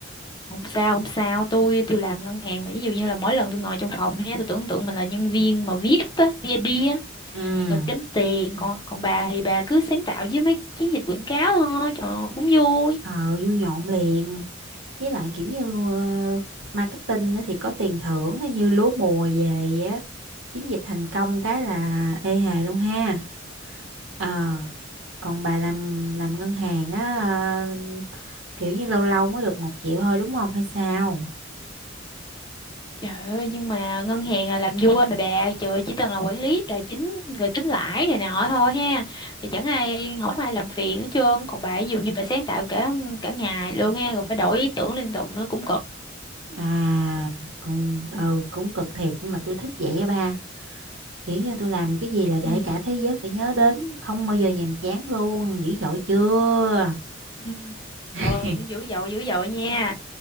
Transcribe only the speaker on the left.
Không sao, không sao, tôi tôi làm ngân hàng mà ví dụ như là mỗi lần tôi ngồi trong phòng ha, tôi tưởng tượng mình là nhân viên mà viết á, VIP
rồi kiếm tiền còn còn bà thì bà cứ sáng tạo với mấy chiến dịch quảng cáo thôi trời ơi, cũng vui
trời ơi nhưng mà ngân hàng là làm vua mà bà trời ơi, chỉ cần là quản lý tài chính rồi tính lãi này nọ thôi ha thì chẳng ai không có ai làm phiền hết trơn còn bà ví dụ như bà sáng tạo cả cả ngày luôn ha rồi phải đổi ý tưởng liên tục nữa cũng cực
ừ.
ừ.
Trời ơi, dữ dội dữ dội nha